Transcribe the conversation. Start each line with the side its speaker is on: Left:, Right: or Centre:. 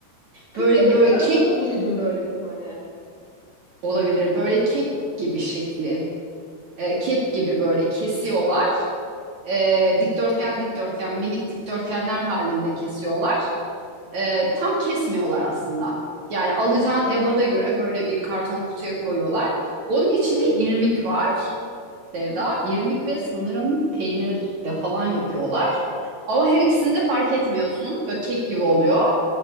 Left: Kırklareli
Right: Böyle böyle
Left: tarafında
Right: kek
Left: duydum böyle bir tane.
Right: olabilir. Böyle kek gibi şekli. e, kek gibi böyle kesiyorlar. e, dikdörtgen dikdörtgen minik dikdörtgenler halinde kesiyorlar. E, tam kesmiyorlar aslında. Yani alacağın ebada göre böyle bir karton kutuya koyuyorlar. Onun içinde
Left: Hı hı.
Right: irmik var. Sevda, irmik ve sanırım peynirle falan yapıyorlar. Ama her ikisini de fark etmiyorsun. Böyle kek gibi oluyor.